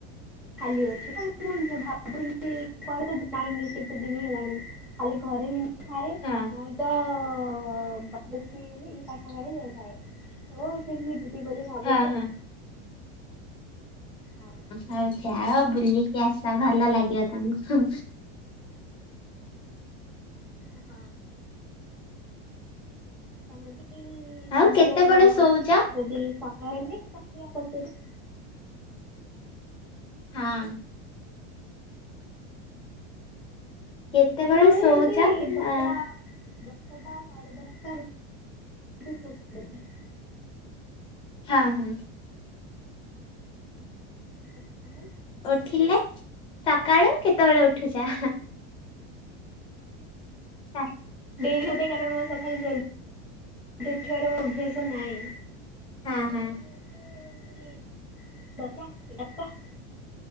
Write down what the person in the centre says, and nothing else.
ଖାଲି ଅଛି ତ ମୁଁ ସେୟା ଭାବଥିଲି ଯେ କୁଆଡେ କାଇଁ ଯାଇନି କେତେ ଦିନ ହେଲାଣି। ଖାଲି ଘରେ ବି ଥାଏ
ନହେଁଲେ ତ ତ ଭାବୁଥିଲି ପାଠଘରେ ଯାଇଥାଏ। ତ ସେଠିକି ଯି ଯିବି ବୋଲି ଭାବୁଛ
ଆଉ ହଁ।
ହଁ ତମେ ବି
ତମର
ଯଦି ସମୟ ହେଲେ ତମେ ବି ଆସିବ
ମୁଁ କହିଲି
ଏମିତି ଦୋଷା
ଦଶଟା ସାଢ଼େ ଦଶଟା ଭିତରେ ସୋଇପଡ଼େ।
ଏଫେ ମାନେ?
ଡେରି ଗୋଟେ କାରଣ ସକା ଜଲଦି <inaudible> ଦେଖିବାର ଅଭ୍ୟାସ ନାହିଁ।
ଓ
ମୋତେ ଏମିତି ଦତା ଦତା